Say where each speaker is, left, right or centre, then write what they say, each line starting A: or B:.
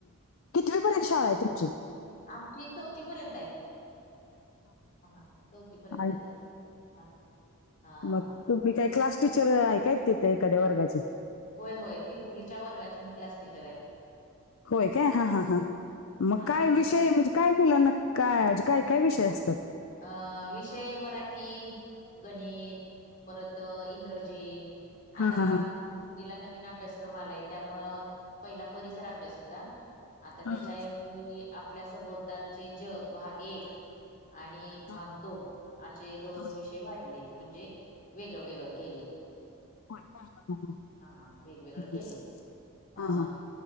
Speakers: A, on the left (about 65°); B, on the left (about 35°).
A: कितवी पर्यंत शाळा आहे तुमची?
B: आमची चौथी पर्यंत आहे. हा चौथी पर्यंतच
A: आहे-
B: आहे हा हा.
A: मग तुम्ही काय क्लास टीचर हाय काय? तिथे एखाद्या वर्गाचे?
B: होय, होय तिसरीच्या वर्गाची मी क्लास टीचर हाय.
A: होय काय, हा, हा, हां मग
B: हा
A: काय विषय म्हणजे काय मुलांना काय, काय, काय विषय असतात?
B: अ, विषय मराठी, गणित, परत इंग्रजी
A: हा
B: आता
A: हा हा
B: दुसरीला नवीन अभ्यासक्रम आलाय त्यामुळं, पहिला परिसर अभ्यास होता. आता
A: हां,
B: त्याच्याऐवजी,
A: हां,
B: आपल्या संबोलतालचे जग भाग एक. आणि भाग
A: हां, हां,
B: दोन, आशे दोन
A: हां.
B: विषय वाढलेत म्हणजे वेगळं -वेगळं केलय
A: होय का? हां, हां.
B: हा वेगवेगळ
A: हं.
B: केलय, हा.
A: हां, हां.